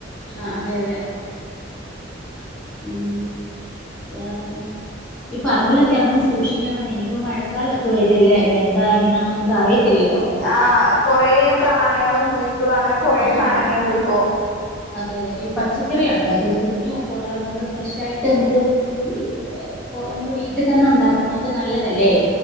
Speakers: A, in the centre; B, on the left.
A: ആഹ് അതെ അതെ ഉം വേർണം ഈ പറമ്പിലൊക്കെ ഇറങ്ങുമ്പോ സൂക്ഷിക്കണംന്നെ ഇനി ഇപ്പൊ മഴക്കാലം ഒക്കെ വരല്ലേ ഇപ്പ എന്താ എങ്ങനെയ ഒന്നും അറിയത്തില്ലല്ലോ
B: ആഹ് കൊറേ പ്രാണിയാളും പുഴുക്കളും അങ്ങനെ കൊറേ
A: ആഹ്
B: സനങ്ങൾ ഇണ്ട് ഇപ്പോ
A: അതെ അതെ അപ്പൊ ഈ പച്ചക്കറിയുണ്ട് അപ്പൊ കുഞ്ഞു ഒക്കെ ഉള്ള നമ്മള് ഫ്രഷായിട്ട് നമുക്ക് ഈ ഏഹ് ഇപ്പൊ നമ്മള് വീട്ടിൽ തന്നെ ഉണ്ടാക്കുന്നതൊക്കെ നല്ലതല്ലേ